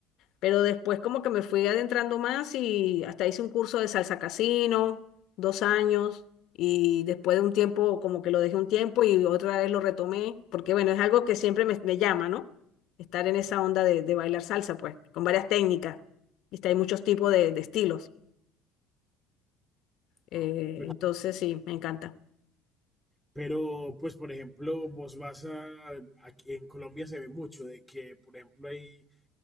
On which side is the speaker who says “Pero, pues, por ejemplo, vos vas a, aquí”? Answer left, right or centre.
Centre